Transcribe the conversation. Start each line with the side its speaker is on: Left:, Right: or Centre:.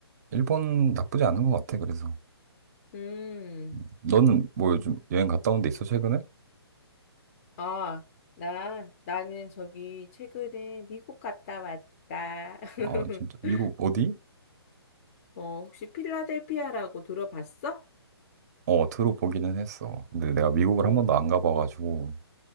Right: 일본 나쁘지 않은 것 같아, 그래서.
Left: 음,
Right: 음, 너는 뭐 요즘 여행 갔다 온 데 있어, 최근에?
Left: 아, 나, 나는 저기 최근에 미국 갔다 왔다. <laughs>
Right: 아, 진짜. 미국 어디?
Left: 어, 혹시 필라델피아라고 들어봤어?
Right: 어, 들어보기는 했어. 근데 내가 미국을
Left: 어,
Right: 한 번도 안 가봐가지고.